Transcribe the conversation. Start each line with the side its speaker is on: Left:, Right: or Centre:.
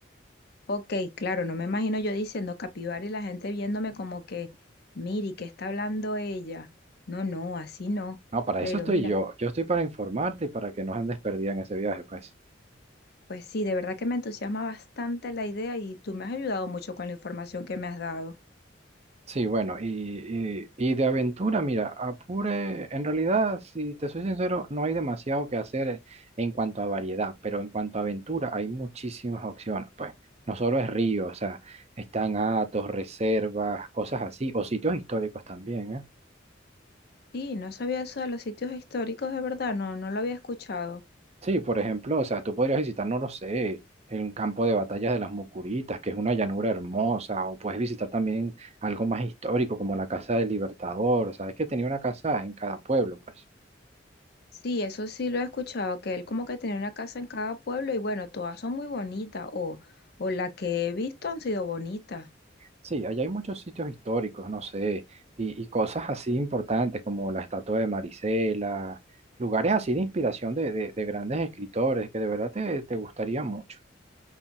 Left: ok, claro, no me imagino yo diciendo capibara y la gente viéndome como que, miri, ¿qué está hablando ella? No, no, así no.
Right: No, para
Left: Pero
Right: eso estoy
Left: mira.
Right: yo. Yo estoy para informarte y para que no andes perdida en ese viaje, pues.
Left: Pues sí, de verdad que me entusiasma bastante la idea y tú me has ayudado mucho con la información que me has dado.
Right: Sí, bueno, y, y, y de aventura, mira, Apure, en realidad, si te soy sincero, no hay demasiado que hacer en cuanto a variedad, pero en cuanto a aventura hay muchísimas opciones, pues. No solo es río, o sea, están atos, reservas, cosas así, o sitios históricos también, ¿eh?
Left: Sí, no sabía eso de los sitios históricos, de verdad, no, no lo había escuchado.
Right: Sí, por ejemplo, o sea, tú podrías visitar, no lo sé, el campo de batallas de las Mucuritas, que es una llanura hermosa, o puedes visitar también algo más histórico como la Casa del Libertador, sabes que tenía una casa en cada pueblo, pues.
Left: Sí, eso sí lo he escuchado, que él como que tenía una casa en cada pueblo y bueno, todas son muy bonitas o, o la que he visto han sido bonitas.
Right: Sí, allá hay muchos sitios históricos, no sé, y, y cosas así importantes como la estatua de Marisela, lugares así de inspiración de, de- de grandes escritores que de verdad te, te gustaría mucho.